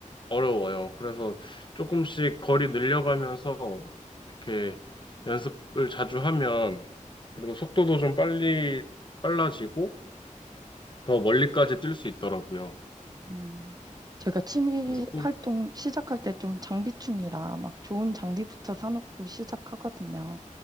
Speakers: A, on the left (about 35°); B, on the right (about 30°).
A: 어려워요. 그래서 조금씩 거리 늘려가면서 이렇게 연습을 자주 하면 그래도 속도도 좀 빨리 빨라지고 더 멀리까지 뛸 수 있더라고요.
B: 음, 제가 취미
A: 그래서 꾸,
B: 활동 시작할 때 좀 장비충이라 막 좋은 장비부터 사놓고 시작하거든요.